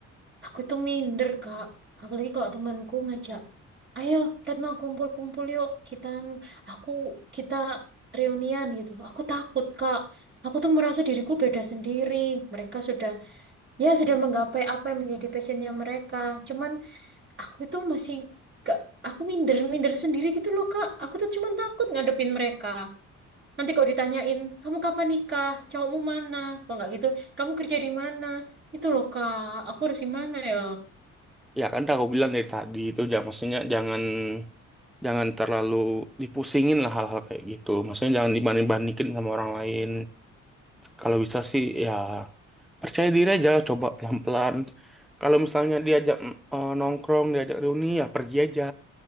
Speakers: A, on the right; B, in the centre.
A: Aku itu minder Kak. Apalagi kalau temanku ngajak, ayo Retno kumpul-kumpul yuk kita anu, aku kita reunian gitu. Aku takut Kak. Aku tuh merasa diriku beda sendiri. Mereka sudah ya sudah menggapai apa yang menjadi passionnya mereka cuman aku itu masih gak aku minder minder sendiri gitu loh kak aku tuh cuman takut ngadepin mereka nanti kalau ditanyain kamu kapan nikah cowokmu mana kok nggak gitu kamu kerja di mana itu loh kak aku harus gimana ya
B: Ya kan aku bilang dari tadi itu jangan maksudnya jangan jangan terlalu dipusingin lah hal-hal kayak gitu. Maksudnya jangan dibanding-bandingin sama orang lain. Kalau bisa sih ya percaya diri aja, coba pelan-pelan. Kalau misalnya diajak eh, nongkrong, diajak reuni, ya pergi aja.